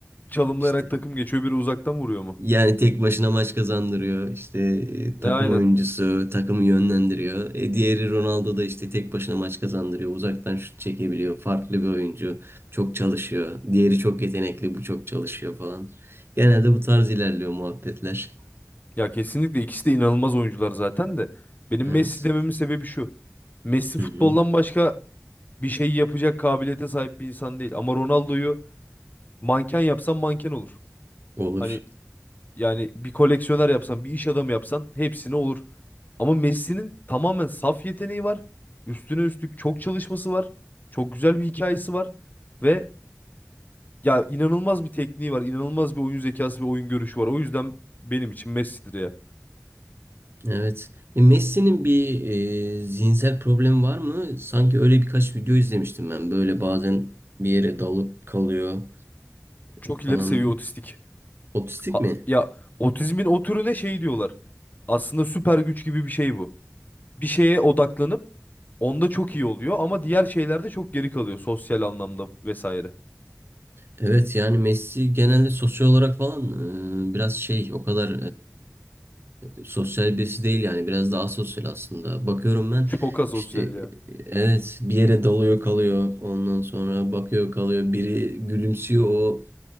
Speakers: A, on the left; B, on the right.
A: çalımlayarak
B: İşte
A: takım geçiyor, biri uzaktan vuruyor mu?
B: Yani tek başına maç kazandırıyor. İşte e, takım
A: E, Aynen.
B: oyuncusu, takımı yönlendiriyor. E, diğeri Ronaldo da işte tek başına maç kazandırıyor. Uzaktan şut çekebiliyor. Farklı bir oyuncu. Çok çalışıyor. Diğeri çok yetenekli, bu çok çalışıyor falan. Genelde bu tarz ilerliyor muhabbetler.
A: Ya kesinlikle ikisi de inanılmaz oyuncular zaten de. Benim
B: Evet.
A: Messi dememin sebebi şu. Messi
B: Hı
A: futboldan
B: hı.
A: başka bir şey yapacak kabiliyete sahip bir insan değil. Ama Ronaldo'yu manken yapsan manken olur.
B: Olur.
A: Hani yani bir koleksiyoner yapsan, bir iş adamı yapsan hepsine olur. Ama Messi'nin tamamen saf yeteneği var. Üstüne üstlük çok çalışması var. Çok güzel bir hikayesi var. Ve ya inanılmaz bir tekniği var. inanılmaz bir oyun zekası ve oyun görüşü var. O yüzden benim için Messi'dir ya.
B: Evet. E, Messi'nin bir e, zihinsel problemi var mı? Sanki öyle birkaç video izlemiştim ben. Böyle bazen bir yere dalıp kalıyor
A: Çok
B: falan.
A: ileri seviye otistik.
B: Otistik
A: Ha-
B: mi?
A: ya otizmin o türüne şey diyorlar. Aslında süper güç gibi bir şey bu. Bir şeye odaklanıp onda çok iyi oluyor ama diğer şeylerde çok geri kalıyor sosyal anlamda vesaire.
B: Evet yani Messi genelde sosyal olarak falan e, biraz şey o kadar e, sosyal birisi değil yani biraz daha asosyal aslında. Bakıyorum ben
A: Çok asosyal
B: işte
A: ya.
B: e, evet bir yere dalıyor kalıyor ondan sonra bakıyor kalıyor biri gülümsüyor o